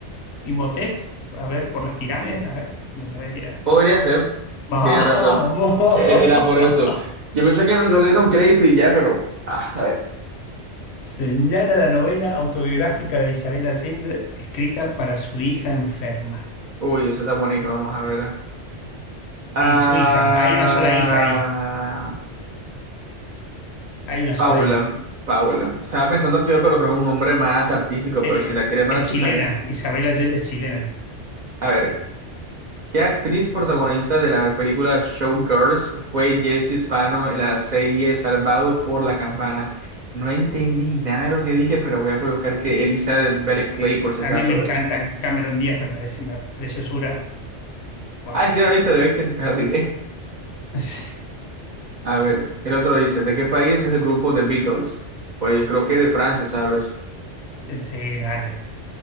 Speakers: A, on the left; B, on the right.
A: Imhotep, a ver, por las pirámides, a ver, me la voy a tirar.
B: Podría ser,
A: ¡Vamos!
B: tiene razón.
A: <laughs>
B: E- Era por eso. Yo pensé que no, no le dieron crédito y ya, pero, ah, a ver.
A: Señala la novela autobiográfica de Isabel Allende, escrita para su hija enferma.
B: Uy, eso está bonito, vamos a ver. Ah.
A: Y su hija, hay una sola hija ahí, hay una
B: Paula,
A: sola hija.
B: Paula. Estaba pensando que iba a colocar un nombre más artístico,
A: Eh,
B: pero si la quiere para
A: es
B: así,
A: chilena,
B: está bien.
A: Isabel Allende es chilena.
B: A ver, ¿qué actriz protagonista de la película Showgirls fue Jessie Spano en la serie Salvados por la Campana? No entendí nada de lo que dije, pero voy a colocar que Elizabeth Berkley por si
A: A
B: acaso.
A: mí me
B: a
A: encanta
B: ver.
A: Cameron Díaz, me parece una preciosura. Buah.
B: Ah, sí, era Elizabeth, ¿viste? <laughs> La atiné.
A: <laughs>
B: A ver, el otro dice, ¿de qué país es el grupo The Beatles? Pues yo creo que de Francia, ¿sabes?
A: Sí, dale,